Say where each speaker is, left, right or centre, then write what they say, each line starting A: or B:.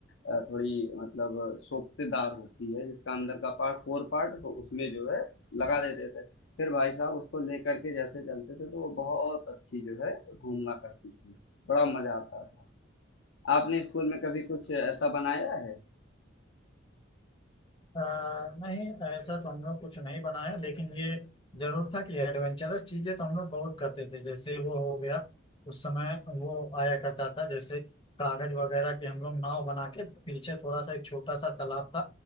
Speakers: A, on the left; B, on the left.
A: अ, थोड़ी मतलब सोखतेदार होती है जिसका अंदर का पार्ट फोर पार्ट तो उसमें जो है लगा देते थे फिर भाई साहब उसको लेकर के जैसे चलते थे तो वो बहुत अच्छी जो है घूमना करती थी बड़ा मजा आता था आपने स्कूल में कभी कुछ ऐसा बनाया है
B: अ, नहीं ऐसा तो हम लोग कुछ नहीं बनाया लेकिन ये जरूर था कि एडवेंचरस चीजें तो हम लोग बहुत करते थे जैसे वो हो गया उस समय वो आया करता था जैसे कागज वगैरह की हम लोग नाव बना के पीछे थोड़ा सा एक छोटा सा तालाब था